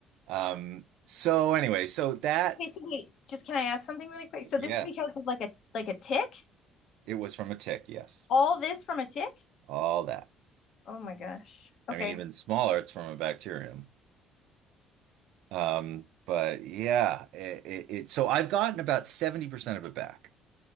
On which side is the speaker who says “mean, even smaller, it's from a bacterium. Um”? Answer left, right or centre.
Right